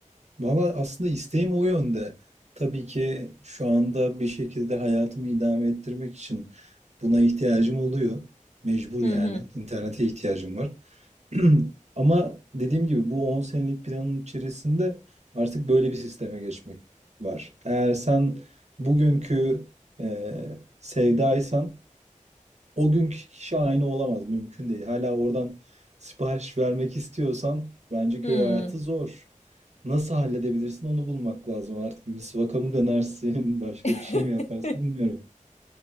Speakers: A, on the right; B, on the left.
A: Valla aslında isteğim o yönde. Tabii ki şu anda bir şekilde hayatımı idame ettirmek için buna ihtiyacım oluyor. Mecbur
B: Hı
A: yani.
B: hı.
A: İnternete ihtiyacım var. <clears throat> Ama dediğim gibi bu 10 senelik planın içerisinde artık böyle bir sisteme geçmek var. Eğer sen bugünkü e, sevdaysan o günkü kişi aynı olamaz. Mümkün değil. Hala oradan sipariş vermek istiyorsan bence köy
B: Hı.
A: hayatı zor. Nasıl halledebilirsin onu bulmak lazım. Artık misvaka mı dönersin, <laughs> başka
B: <laughs>
A: bir şey mi yaparsın bilmiyorum.